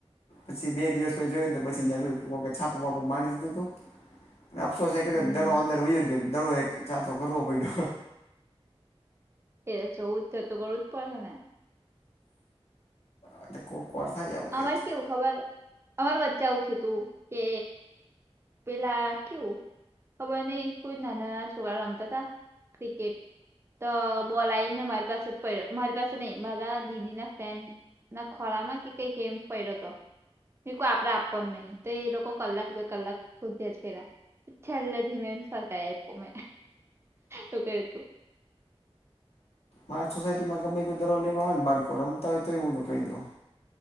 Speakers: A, on the left (about 70°); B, on the right (about 25°).
A: પછી બે દિવસ પછી જોયુંને પછીં જો છાપું મારી દીધું તું- અને અફસોસ એ દડો
B: હમ
A: અંદર વ ગયો દડો એક ચતો કરવો પડ્યો
B: એ છવું જ છ તો કરવું જ પડેને
A: એટલે કોકવાર થાય આવું. કંઈક
B: અમારે કેવું ખબર અમાર વચ્ચે આવું થ્યું તું કે પેલા કેવું ખબર નઈ કોઈ નાના નાના છોરા રમતા હતાા ક્રિકેટ તો બોલ આયને મારી પાસે પડ મારી પાસે નહી મારા દીદી ના ફેન ના ખોરા માં કે કઈક એમ પડ્યો હતો. મેં કુ આપડે આપવા નહી તો એ લોકો કલાક બે કલાક શોધ્યા જ કર્યા છેલ્લે ધીમે સરકાઈ આપ્યો મેં એવું કર્યું તું
A: મારી સોસાયટીમાં ગમે કોઈ દરો લેવા આવેય ને બાળકો રમતા હોય તો એું તો કહી દઉ